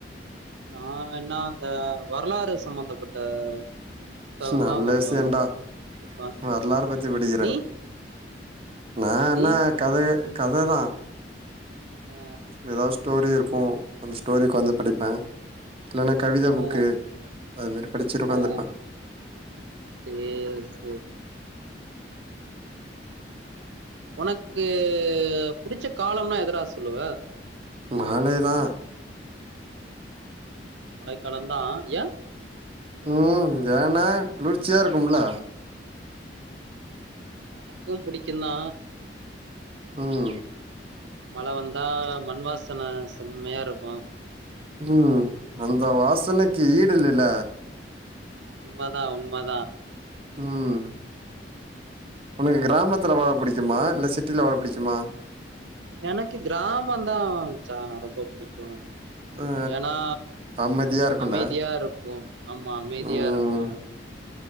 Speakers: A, on the right (about 80°); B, on the right (about 35°).
A: நா என்ன இந்த வரலாறு சம்பந்தப்பட்ட புத்தகம்லா
B: நல்ல
A: கொஞ்சோ
B: விஷயடா
A: படிப்பா
B: வரலாற பத்தி படிக்கிறே
A: நீ
B: நா என்னா
A: நீ
B: கத கததா
A: ஆ
B: ஏதாவது ஸ்டோரி இருக்கு உ அந்த ஸ்டோரிக்காந்து படிப்பே இல்லன்னா கவித புக்கு
A: ஆ
B: அது மாரி படிச்சுட்டு உக்காந்துருப்பே
A: ஆ சேரி சேரி உனக்கு புடிச்ச காலம்னா எதரா சொல்லுவ
B: மாலைய்தா
A: மழைக்காலம்தா ஏ
B: உம்மு ஏன்னா குளிர்ச்சியா இருக்கும்ல
A: எனக்கு புடிக்கு தா
B: ம்
A: மழ வந்தா மண்வாசன செம்மையா இருக்கு
B: ம் அந்த வாசனைக்கு ஈடு இல்லில
A: உண்மதா உண்மதா
B: ம் உனக்கு கிராமத்துல வாழ பிடிக்குமா இல்ல சிட்டில வாழ பிடிக்குமா
A: எனக்கு கிராம தா மச்சா ரொம்ப பிடிக்கு
B: ஆ
A: ஏன்னா
B: அமைதியா இருக்கும்டா
A: அமைதியா இருக்கு ஆமா அமைதியா
B: ம்
A: இருக்கு